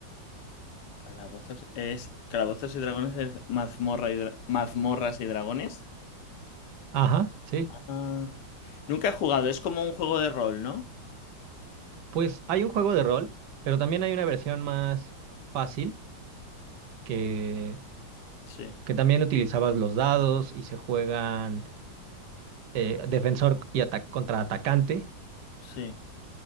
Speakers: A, on the left; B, on the right.
A: Calabozos es. Calabozos y dragones es mazmorra y dra- mazmorras y dragones.
B: Ajá, sí.
A: Ah, Nunca he jugado, es como un juego de rol, ¿no?
B: Pues hay un juego de rol, pero también hay una versión más fácil que,
A: Sí,
B: que también utilizabas los dados y se juegan eh, defensor y ata- contra atacante
A: sí,